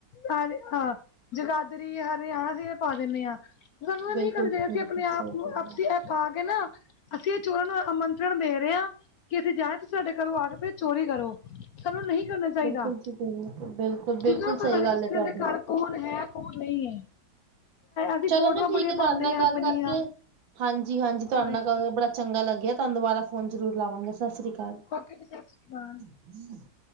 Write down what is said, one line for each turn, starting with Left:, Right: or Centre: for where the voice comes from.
Left: ਹਾਂ -ਹਾਂ ਜਗਾ ਜਗਾਧਰੀ ਹਰਿਆਣਾ ਸੀ ਇਹ ਪਾ ਦਿੰਦੇ ਹਾਂ, ਸਾਨੂੰ ਇਹ
Right: ਬਿਲਕੁਲ
Left: ਨਹੀਂ ਕਣਾ
Right: ਜੀ
Left: ਚਾਹੀਦਾ
Right: ਬਿਲਕੁਲ
Left: ਸੀ ਆਪਣੇ ਆਪ
Right: ਸਹੀ
Left: ਨੂੰ
Right: ਗੱਲ
Left: ਆਪ
Right: ਹੈ
Left: ਪਾ ਕੇ ਨਾ ਅਸੀਂ ਇਹ ਚੋਰਾਂ ਨੂੰ ਆਮੰਤਰਣ ਦੇ ਰਹੇ ਹਾਂ, ਕਿ ਅਸੀਂ ਜਾ ਰਏ ਆ ਤੇ ਸਾਡੇ ਘਰੋਂ ਆ ਕੇ ਚੋਰੀ ਕਰੋ। ਸਾਨੂੰ ਨਹੀਂ ਕਰਨਾ ਚਾਹੀਦਾ
Right: ਬਿਲਕੁਲ ਜੀ ਬਿਲਕੁਲ ਬਿਲਕੁਲ
Left: ਕਿਉਂਕਿ
Right: ਬਿਲਕੁਲ
Left: ਪਤਾ
Right: ਸਹੀ ਗੱਲ ਹੈ ਤੁਹਾਡੀ
Left: ਕੌਣ ਹੈ, ਕੌਣ ਨਹੀਂ ਹੈ। ਅਸੀਂ
Right: ਚਲੋ
Left: ਫੋਟੋਆਂ
Right: ਜੀ ਠੀਕ
Left: ਬੜੀਆਂ
Right: ਹੈ
Left: ਪਾਉਂਦੇ
Right: ਤੁਹਾਡੇ ਨਾਲ
Left: ਆ
Right: ਗੱਲ
Left: ਆਪਣੀਆਂ,
Right: ਕਰਕੇ ਹਾਂਜੀ ਤੁਹਾਡੇ
Left: ਹਾਂਜੀ
Right: ਨਾਲ ਗੱਲ ਬੜਾ ਚੰਗਾ ਲੱਗਿਆ ਤੁਹਾਨੂੰ ਦੁਬਾਰਾ ਫੋਨ ਜਰੂਰ ਲਾਵਾਂਗੇ ਸਤਿ ਸ਼੍ਰੀ ਅਕਾਲ।
Left: ਅਓਕੇ ਜੀ ਸਤ ਸ੍ਰੀ ਅਕਾਲ।
Right: ਹਮ <inaudible>